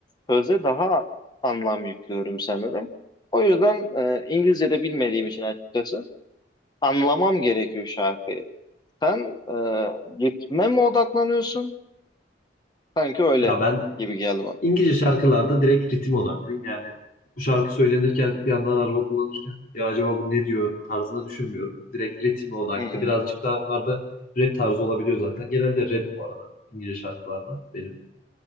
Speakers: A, on the left; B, on the left.
A: söze daha anlam yüklüyorum sanırım. O yüzden e, İngilizce de bilmediğim için açıkçası anlamam gerekiyor şarkıyı. Sen e, ritme mi odaklanıyorsun? Sanki öyle
B: Ya ben
A: gibi geldi bana.
B: İngilizce şarkılarda direkt ritim odaklıyım. Yani bu şarkı söylenirken bir yandan araba kullanırken ya acaba bu ne diyor tarzında düşünmüyorum. Direkt ritme odaklı.
A: Hı hı,
B: Birazcık daha onlar da rap tarzı olabiliyor zaten. Genelde rap bu arada İngilizce şarkılarda benim.